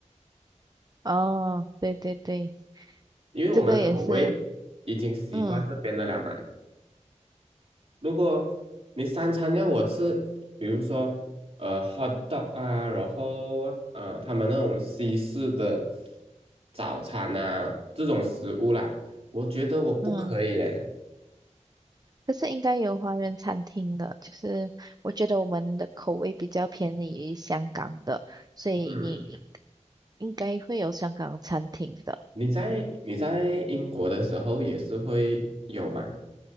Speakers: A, on the right (about 30°); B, on the right (about 50°).
A: 哦，对对对，
B: 因为我们的口味已经习惯这边的了嘛。
A: 这个也是。嗯
B: 如果你三餐要我吃，比如说呃 hot dog 啊，然后呃他们那种西式的早餐啊这种食物啦，我觉得我不可以嘞。
A: 嗯，可是应该有华人餐厅的，就是我觉得我们的口味比较偏离于香港的，所以你
B: 嗯。
A: 应该会有香港餐厅的。
B: 你在你在英国的时候也是会有吗？